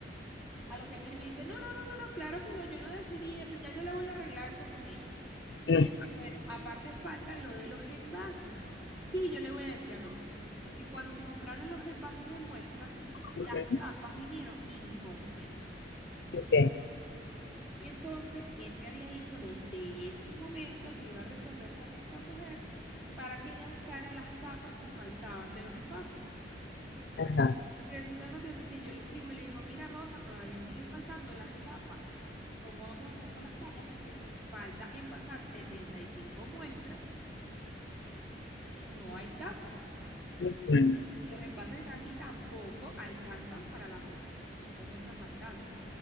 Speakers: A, in the centre; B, on the left.
A: A lo que él viene y me dice, no, no, no, no, no, claro que no, yo no decidí eso, ya yo le voy a arreglar eso con ella.
B: Mm,
A: Él le dice, bueno, aparte falta lo de los envases. Sí, yo le voy a decir a Rosa, porque cuando se compraron los envases de muestra,
B: ujú,
A: las tapas vinieron incompletas.
B: Ok,
A: Y entonces él me había dicho desde ese momento que iba a resolver con esta mujer para que ella buscara las tapas que faltaban de los envases.
B: ajá.
A: Y Resulta que acontece que yo le escribo y le digo, mira Rosa, todavía siguen faltando las tapas. ¿Cómo vamos a hacer con las tapas? Porque falta envasar 75 muestras y no hay tapas.
B: ujú.
A: Y los envases que están aquí tampoco alcanzan para las 75 muestras faltantes.